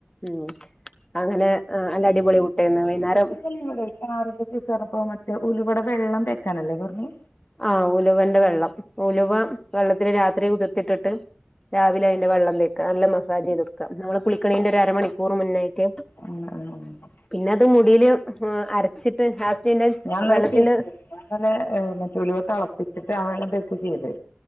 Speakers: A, on the left; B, on the left.
A: ഉ അങ്ങനെ അല്ല അടിപൊളി പുട്ടേയ്ന്ന്. വൈന്നേരം
B: സിറപ്പോറ മറ്റോ, ഉലുവേടെ വെള്ളം തേക്കാനല്ലേ പറഞ്ഞേ.
A: ആഹ് ഉലുവന്റെ വെള്ളം. ഉലുവ വെള്ളത്തിൽ രാത്രി കുതിർത്തിട്ടിട്ട് രാവിലെ അയിന്റെ വെള്ളം തേക്ക. നല്ല മസാജ് ചെയ്ത കൊടുക്ക നമ്മള് കുളിക്കണീന്റെ ഒരു അരമണിക്കൂർ മുന്നായിട്ട്
B: ഉം ഉം ഉ
A: പിന്നെ അത് മുടിയില് അരച്ചിട്ട് ലാസ്റ്റ്
B: ഞാൻ ഇന്നലെ
A: വെള്ളത്തിന്.
B: ചെയ്തു ഇന്നലെ മറ്റുലുവ തളപ്പിച്ചിട്ട് ആ വെള്ളം തേച്ച് ചെയ്ത്